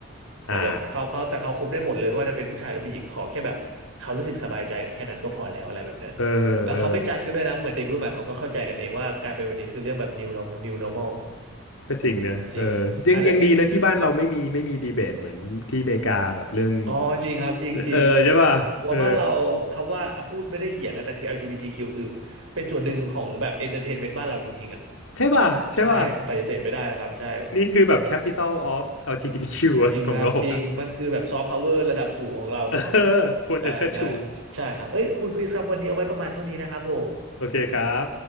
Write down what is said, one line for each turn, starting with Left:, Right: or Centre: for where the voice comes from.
Right: แต่แบบเขาเขาแต่เขาคุมได้หมดเลยไม่ว่าจะเป็นผู้ชายหรือผู้หญิงขอแค่แบบเขารู้สึกสบายใจกับแค่นั้นก็พอแล้วอะไรแบบเนี้ย
Left: อ่าเออเออ
Right: แล้วเขาไม่จัดกันด้วยนะเหมือนเด็กรุ่นใหม่เขาก็เข้าใจกันเองว่าการเป็นแบบนี้คือเรื่องแบบ new norm- new normal
Left: ก็จริงนะเออยังยังดีนะที่บ้านเราไม่มีไม่มีดีเบตเหมือนที่อเมริกาแบบเรื่อง
Right: จริงอ่ะเดยวอ๋อจริงครับ จริงจริงผมผมว่าบ้านเราคำว่าอ่ะพูดไม่ได้เหยียดนะ
Left: เออใช่ป่ะเออ
Right: แต่คือ LGBTQ ควคือเป็นส่วนหนึ่งของแบบเอนเตอร์เทนเมนต์บ้านเราจริงๆอ่ะ
Left: ใช่ป่ะใช่ป่ะ
Right: ใช่ปฏิเสธไม่ได้แล้วครับ ใช่
Left: นี่คือแบบ capital of LGBTQ
Right: จริงครับ
Left: ของโลกอ่ะ
Right: จริง มันคือแบบซอฟต์พาวเวอร์ระดับสูงของเรา
Left: เออควรจะเชิดชู
Right: ใช่ใช่ใช่ครับเอ้ยคุณคริสครับ วันนี้เอาไว้ประมาณเท่านี้นะครับผม
Left: โอเคครับ